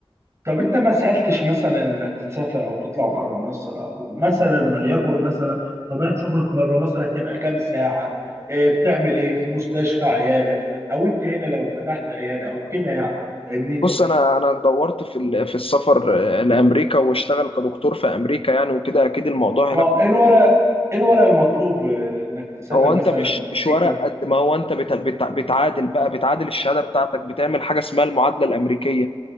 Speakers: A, on the right (about 30°); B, on the left (about 70°).
A: طب انت ما سألتش مثلا انك تسافر او تطلع بره مصر او مثلا وليكن مثلا طبيعة شغلك بره مصر هتبقى كام ساعة آه، بتعمل ايه في مستشفى عيادة او انت هنا لو فتحت عيادة او كده يعني فاهمني
B: بص انا انا دورت في ال- في السفر آه، لامريكا واشتغل كدكتور في امريكا يعني وكده اكيد الموضوع
A: اه
B: هناك
A: ايه الورق ايه الورق المطلوب آه، انك تسافر
B: هو
A: مثلا
B: انت مش
A: امريكا
B: مش ورق قد ما هو انت بت- بت- بتعادل بقى بتعادل الشهاده بتاعتك بتعمل حاجه اسمها المعادله الامريكيه